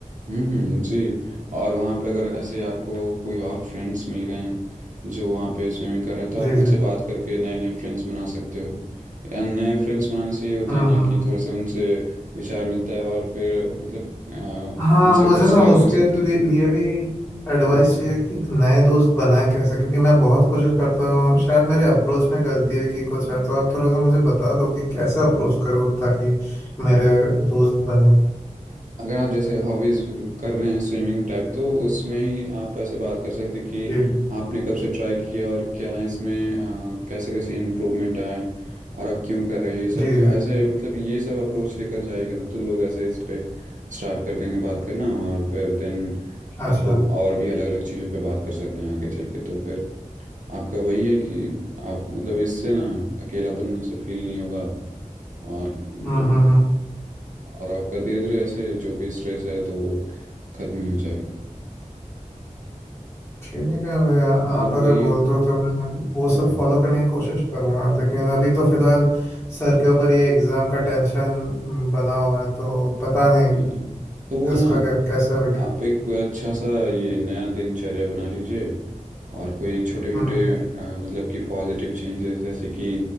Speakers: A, on the right; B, on the left.
A: हम्म जी और वहाँ पे अगर ऐसे आपको कोई और फ्रेंड्स मिल गए जो वहाँ पे स्विमिंग कर रहे हैं तो आप
B: जी
A: उनसे
B: जी
A: बात करके नए नए फ्रेंड्स बना सकते हो या नए फ्रेंड्स बनाने से ये होता
B: हम्म
A: है ना
B: हम्म,
A: कि
B: हम्म।
A: थोड़े से उनसे विचार मिलता है और फिर मतलब अ,
B: हाँ
A: उनसे
B: मुझे
A: कुछ
B: ना
A: शेयर
B: उसके
A: कर सकते
B: लि- लिए भी एडवाइस
A: हैं
B: चाहिए कि एक नए दोस्त बनाए कैसे क्योंकि मैं बहुत कोशिश करता हूँ और शायद मेरे अप्रोच में गलती है कि कुछ है तो आप थोड़ा सा मुझे बता दो कि कैसे अप्रोच करूँ ताकि मेरे दोस्त बने
A: अगर आप जैसे हॉबीज कर रहे हैं स्विमिंग टाइप तो उसमें ही आप ऐसे बात कर सकते हैं कि
B: जी
A: आपने कब से ट्राई किया और क्या है इसमें अ, कैसे कैसे इम्प्रूवमेंट आए और आप क्यों कर रहे हैं ये सब
B: जी जी
A: तो ऐसे
B: जी
A: मतलब ये सब अप्रोच लेकर जाएगा ना तो लोग ऐसे इस पे स्टार्ट कर देंगे बात करना और फिर देन
B: अच्छा
A: आप और भी अलग अलग चीज़ों पे बात कर सकते हैं आगे चल के तो फिर आपका वही है कि आप मतलब इससे ना अकेलापन से फील नहीं होगा और मतलब
B: हम्म हम्म हम्म
A: और आपका धीरे धीरे ऐसे जो भी स्ट्रेस है तो वो खत्म ही हो जाएगा
B: ठीक है भैया
A: और
B: आप अगर
A: वही
B: बोलते हो तो मैं वो सब
A: हाँ
B: फॉलो करने की कोशिश करूँगा लेकिन अभी तो फिलहाल सर के ऊपर ये एग्ज़ाम का टेंशन बना हुआ है तो पता नहीं
A: नहीं नहीं तो वो
B: उसका
A: ना
B: क्या कैसे अभी
A: आप एक अच्छा सा ये नया दिनचर्या बना लीजिए और कोई छोटे मोटे
B: हम्म
A: मतलब कि पॉजिटिव चेंजेस जैसे कि